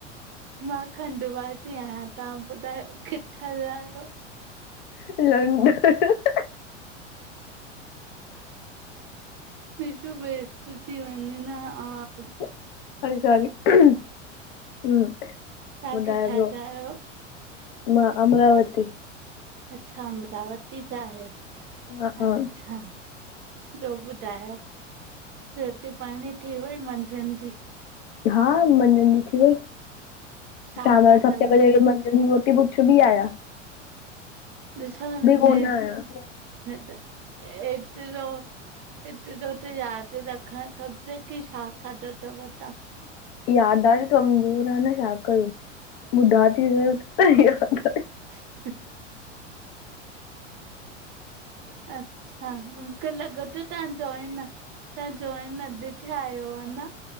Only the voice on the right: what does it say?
मां खंडवा जी आहियां तव्हां ॿुधायो किथां जा आहियो?
निशो वेस्ट थी वञे न आज।
तव्हां
किथां
जा आहियो?
अच्छा अमरावती जा आहियो
अच्छा ॿियो ॿुध ॿुधायो रोटी पाणी थी वेई मंझंन जी?
छा
खाधव
ॾिसो न
जेे
त एतिरो ऐतिरो त यादि रखणु खपजे की छा खाधो अथव तव्हां?
<inaudible> अच्छा मूंखे लॻे थो तव्हां जोइ न तव्हां जोइ न ठि आहियो आहे न?